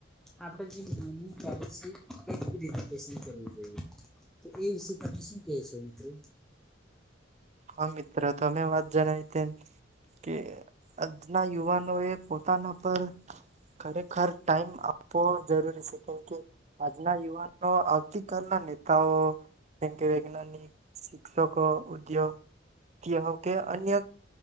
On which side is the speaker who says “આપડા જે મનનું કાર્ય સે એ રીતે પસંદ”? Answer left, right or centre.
Centre